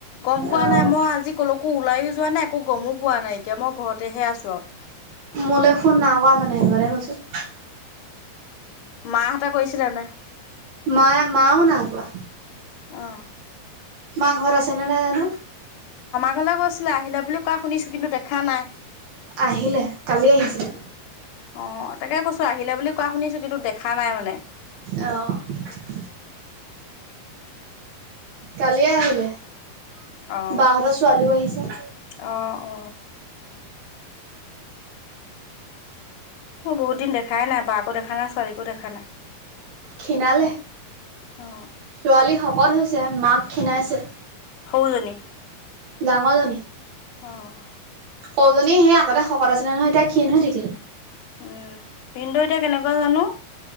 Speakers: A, on the left; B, on the right.
A: গম পোৱা
B: অ'
A: নাই, মই আজি কলৈকো ওলাই অ যোৱা নাই, একো গমো পোৱা নাই। এতিয়া মই ঘৰতেহে আছোঁ আৰু।
B: মোলৈ ফোন নাই কৰা মানে, সেইকাৰণে কৈছোঁ।
A: মা, হতে কৰিছিলা নে নাই?
B: মায়, মাও নাই কোৱা।
A: অ'।
B: মা ঘৰত আছে নে নাই জানো?
A: ইফালে গৈছিলে, আহিলে বুলি কোৱা শুনিছোঁ, কিন্তু দেখা নাই।
B: আহিলে, কালি আহিছিলে।
A: অ অ', তাকে কৈছোঁ, আহিলে বুলি কোৱা শুনিছোঁ, কিন্তু দেখা নাই মানে।
B: অ', কালি আহ বাহঁতৰ
A: অ
B: ছোৱালীও আহিছে।
A: অ অ মোৰ বহুত দিন দেখাই নাই, বাকো দেখা নাই, ছোৱালীকো দেখা নাই।
B: খীণালে,
A: অ
B: ছোৱালী শকত হৈছে, মাক খীণাইছে।
A: <inaudible>
B: ডাঙৰ জনী।
A: অ'।
B: সৰুজনী সেই আগতে শকত আছিলে নহয়, এতিয়া ক্ষীণ হৈ থাকিল।
A: উম, ভিনদেও এতিয়া কেনেকুৱা জানো?